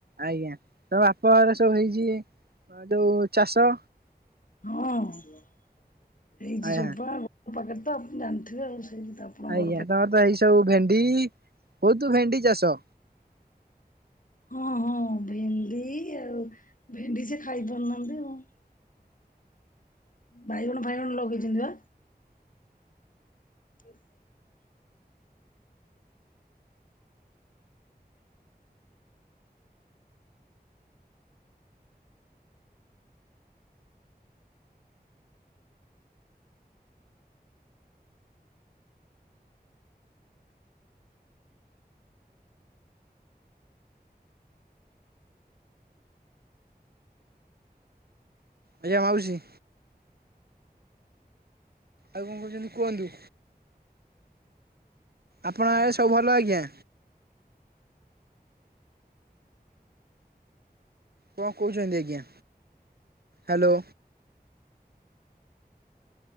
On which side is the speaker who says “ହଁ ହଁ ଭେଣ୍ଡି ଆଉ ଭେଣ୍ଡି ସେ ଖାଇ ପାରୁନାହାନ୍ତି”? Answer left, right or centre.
Left